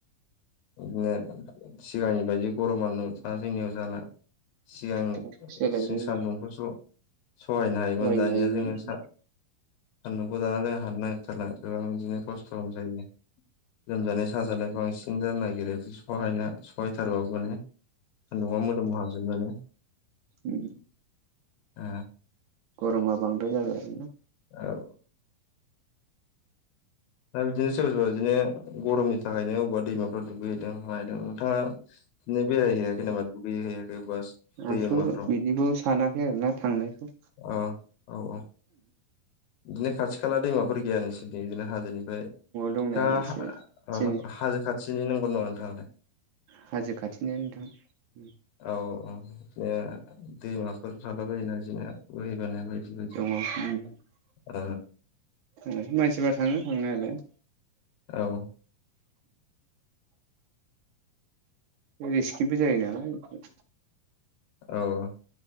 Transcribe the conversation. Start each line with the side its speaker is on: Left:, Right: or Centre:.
Left: बिदिनो सिगांनि बायदि गरमा नोंथाङा जोंनियाव जाला। सिगां
Right: सोलायबाय
Left: जों सान्दुंखौसो सहायनो हायोमोन
Right: फरायनो
Left: दानिया
Right: हायोमोन
Left: जोङो सा नदुंखौ दाना जों हानो नागिरथारला गोबां बिदिनो खस्थ' जायो। लोमजानाय साजानाय बांसिन जानो नागिरो सहायना सहायथारबाबो माने सान्दुंआ मोदोम हाजोनानै
Right: उम
Left: ओ
Right: गरमा बांद्राय जाबाय आरोना।
Left: औ दा बिदिनो सोरबा सोरबा बिदिनो गरमनि थाखायनो अबेबा दैमाफोराव दुगैयो। <unintelligible> नोथाङा बिदिनो बेरायहैयाखै नामा दुगैैहैयाखै बास दैमाफ्राव
Right: आंथ' बिदिखौ सानाखै आरोना थांनायखौ।
Left: अ औ औ बिदिनो खाथि खाला दैमाफोर गैया नोंसोर बिदिनो हाजोनिफ्राय नोंथाङा
Right: दंनायालाय एसे
Left: हा
Right: जोंनि
Left: ओ हाजो खाथिनि नांगौ नङा नोंथाङालाय?
Right: हाजो खाथिनियानो नोंथां।
Left: औ औ बिदि दैमाफोर थाला बायोना बिदिनो बोहैबानाय बायदि बायदि।
Right: <inaudible>
Left: उ
Right: उ मानसिफ्रा थाङो थांनायालाय।
Left: औ
Right: <inaudible> रिस्किबो जायोनालाय एकदम।
Left: औ